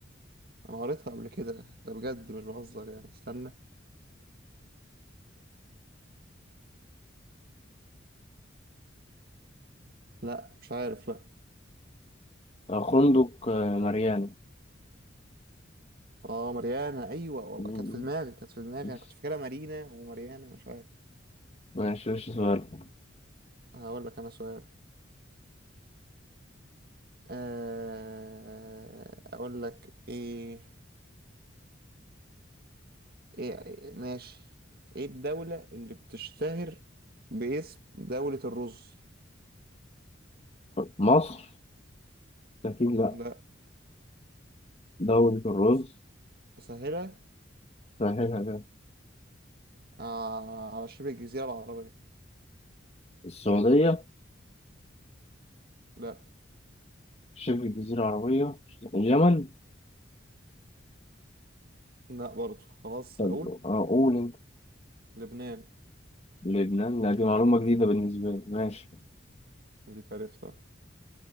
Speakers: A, on the right; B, on the left.
A: أنا قريتها قبل كده ده بجد مش بهزر يعني استنى لا مش عارف لا
B: آه، خندق آه، ماريانا
A: اه مريانة ايوه والله
B: م-
A: كانت في دماغي كانت في دماغي
B: م-
A: انا كنت فاكرها مارينا ومريانة مش عارف
B: ماشي ماشي سؤال
A: هقول لك انا سؤال آه، اقول لك ايه ايه إيه- ماشي ايه الدولة اللي بتشتهر باسم دولة الرز
B: مصر أكيد لأ
A: لا
B: دولة الرز
A: أس- اسهلها
B: سهلها ده
A: آه، على شبه الجزيرة العربية
B: السعودية
A: لا
B: شبه جزيرة عربية اليمن
A: لا برضو خلاص
B: طب
A: اقول
B: آه، أقول أنت
A: لبنان
B: لبنان لا دي معلومة جديدة بالنسبة لي ماشي
A: ديك عرفتها